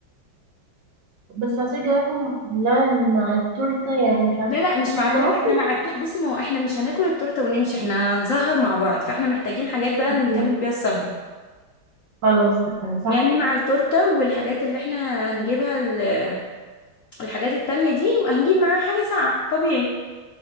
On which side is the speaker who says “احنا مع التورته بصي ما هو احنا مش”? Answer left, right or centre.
Left